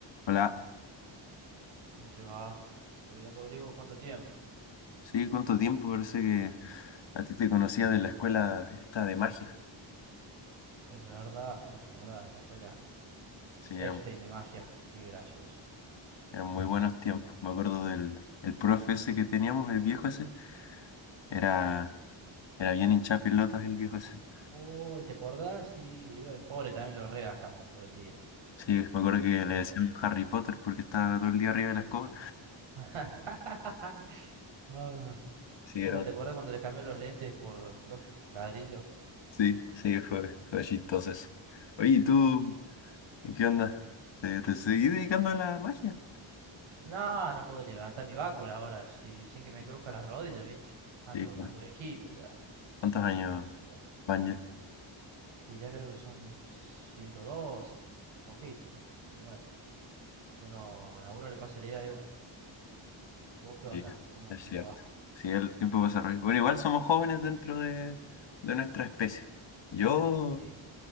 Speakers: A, on the left; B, on the right.
A: Hola,
B: ¿Cómo te va? Muy bien, Rodrigo. ¿Cuánto tiempo?
A: sí, ¿cuánto tiempo? Parece que a ti te conocía de la escuela esta de magia.
B: Es verdad, es verdad. La escuela
A: Sí,
B: Epstein
A: eran,
B: de magia. Qué gracioso.
A: eran muy buenos tiempos. Me acuerdo del el profe ese que teníamos, el viejo ese. Era, era bien hincha pelotas el viejo ese.
B: Uy, ¿te acordás? Sí, bueno, pobre, también lo regastamos todo el día.
A: Sí, me acuerdo que le
B: Oh.
A: decían Harry Potter porque estaba todo el día arriba de la escoba.
B: <laughs> Ah.
A: Sí,
B: Oh,
A: era,
B: ¿te acuerdas cuando les cambió los lentes por dos ladrillos?
A: sí, sí, fue, fue chistoso eso. Oye,
B: Hiciste,
A: ¿y tú
B: oh.
A: qué onda? ¿Se- ¿Te seguí dedicando a la magia?
B: No, no puedo levantar mi bácula ahora, si- sin que me cruzcan las rodillas, ¿viste? Ando,
A: Sí,
B: ando viejito ya.
A: ¿cuántos años
B: Oh.
A: van ya?
B: Y ya creo que son 112, poquito, ¿viste? Pero bueno. Uno, a uno le pasa la idea igual. ¿Vos qué onda?
A: Sí,
B: ¿Cómo,
A: es
B: cómo
A: cierto.
B: va?
A: Sí, el tiempo pasa rápido. Bueno, igual somos jóvenes dentro de, de nuestra especie. Yo,
B: Sí,